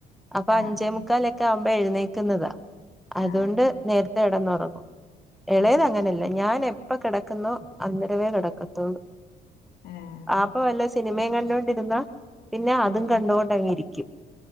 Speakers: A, in the centre; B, on the left.
A: അപ്പൊ
B: ആഹ്
A: അഞ്ചേ മുുക്കാലൊക്കെ ആവുമ്പോ എഴുന്നേക്കുന്നതാ അതുകൊണ്ട്
B: ആഹ്
A: നേരത്തെ ഇടന്നുറങ്ങു ഇളയത്
B: ആഹ്
A: അങ്ങനല്ല ഞാൻ എപ്പ കിട അന്നരവേ കിടക്കത്തൂ
B: ഏഹ്
A: ആപ്പ വല്ല സിനിമയും കണ്ടോൊണ്ടിരുന്ന പിന്നെ അതും
B: ഉം
A: കണ്ടുകൊണ്ടങ്ങെ ഇരിക്കും